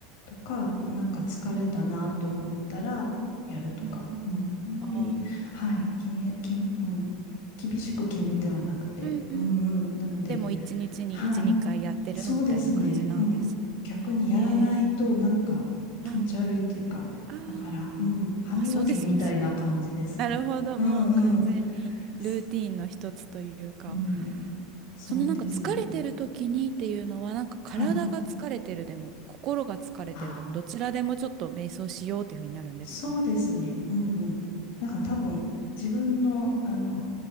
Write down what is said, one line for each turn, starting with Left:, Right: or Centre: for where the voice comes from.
Left: とか、なんか疲れたなと思ったらやるとか、
Right: うんうんああ。
Left: うん、あんまり、はい、決め、き、うん、厳しく決めてはなくて、
Right: うんうん。
Left: うんうん、なので、
Right: でも一日に一、
Left: はい、
Right: 二回やってるみたいな感じなんですね。
Left: そうですね。うん。逆にやらないとなんか気持ち悪いっていうか、
Right: えーうん。ああ。
Left: だから、うん、歯磨きみたいな感じですね。
Right: まあそうですよね。なるほど。
Left: うんうん。
Right: もう完全にルーティンの一つというか、
Left: そ、うん、そうですね。
Right: そのなんか疲れてる時にっていうのは、なんか体が疲れてるでも、
Left: はい。
Right: 心が疲れてるでも、
Left: ああ、
Right: どちらでもちょっと瞑想しようっていうふうになるんですか
Left: そうですね。うんうん。なんか多分自分の、あの、